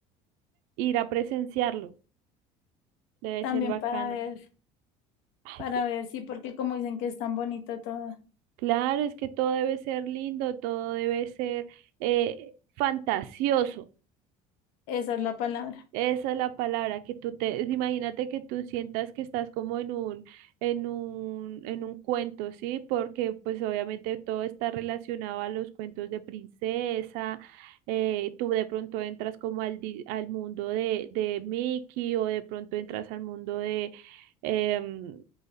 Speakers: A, on the right; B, on the left.
A: ir a presenciarlo, debe
B: también
A: ser bacano.
B: para ver,
A: Ay,
B: para
A: que-
B: ver, sí, porque como dicen que es tan bonito todo,
A: claro, es que todo debe ser lindo, todo debe ser eh, fantasioso.
B: esa es la palabra.
A: Esa es la palabra, que tú te, imagínate que tú sientas que estás como en un, en un, en un cuento, ¿sí? Porque pues obviamente todo está relacionado a los cuentos de princesa, eh, tú de pronto entras como al, di- al mundo de, de Mickey o de pronto entras al mundo de, em,